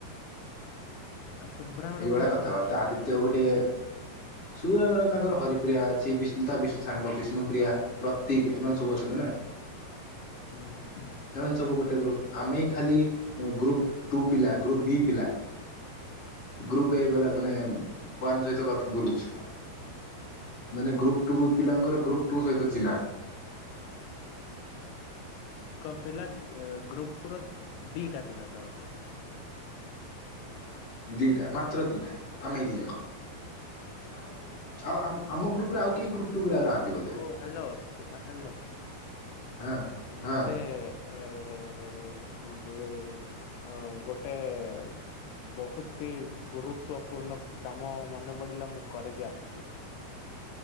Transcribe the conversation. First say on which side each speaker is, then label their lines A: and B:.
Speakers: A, on the left; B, on the left.
A: ଆଉ ଶୁଭ୍ରା ମ୍ୟାଡାମ
B: ଏଇଭଳିଆ
A: କାହା
B: କଥାବାର୍ତ୍ତା
A: ସହ ମିଶୁଛନ୍ତି
B: ଆଦିତ୍ୟ
A: ତାହେଲେ।
B: ଗୋଟିଏ ଶୁଭ୍ରା ମ୍ୟାଡାମ ତାଙ୍କର ହରିପ୍ରିୟା ଅଛି ବିଷ୍ଣୁ ତା ବି ସାଙ୍ଗ ବିଷ୍ଣୁପ୍ରିୟା ପ୍ରତିକ୍
A: ହୁଁ
B: ଏମାନେ ସବୁ
A: ହୁଁ
B: ଅଛନ୍ତି ନା।
A: ହୁଁ ହୁଁ ହୁଁ
B: ଏମାନେ
A: ହୁଁ
B: ସବୁ ଗୋଟେ ଗ୍ରୁପ ଆମେ ଖାଲି ଗ୍ରୁପ ଟୁ ପିଲା ଗ୍ରୁପ ବି ପିଲା ଗ୍ରୁପ୍ ଏ ବାଲା
A: ହୁଁ
B: ମାନେ
A: ହୁଁ।
B: ୱାନ ସହିତ କଥା ତୁ ବୁଲୁଛୁ ମାନେ ଗ୍ରୁପ ଟୁ ପିଲାଙ୍କର ଗ୍ରୁପ ଟୁ ସହିତ ଚିହ୍ନା?
A: କ ପିଲା ଅ-ଅ-ଅ ଗ୍ରୁପର ଦିଟା ପିଲାସହ ଚିହ୍ନା।
B: ଦିଟା ମାତ୍ର ଦିଟା ଆମେ ଏଇ ଦିଜଣ। <inaudible> ଆଉ ଆମ୍ ଆମ ଗ୍ରପରେ ଆଉ କେହି ଗ୍ରୁପ ଟୁ ପିଲା ନାହାନ୍ତି
A: ହ
B: ବୋଧେ
A: ହଉ ହ୍ୟାଲୋ ହ୍ୟାଲୋ
B: ହଁ ହଁ
A: ମତେ ଏ-ଏ-ଏ-ଏ ଗୋ ଅ ଗୋଟେ-ଏ-ଏ-ଏ ବହୁତି ଗୁରୁତୂପୂର୍ଣ୍ଣ କାମ ମନେ ପଡିଲା ମୁଁ କରିକି ଆସୁଛି।